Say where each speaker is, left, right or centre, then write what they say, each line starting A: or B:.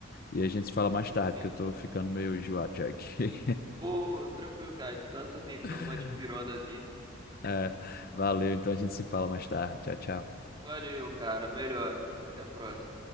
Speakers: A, on the left; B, on the right.
A: e a gente se fala mais tarde,
B: sim.
A: que eu tô ficando meio enjoado já aqui.
B: Pô, tranquilo, cara, descansa assim,
A: <laughs>
B: toma uma dipironazinha
A: É, valeu, então a gente se fala mais tarde. Tchau, tchau.
B: Valeu, cara. Melhoras. Até a próxima.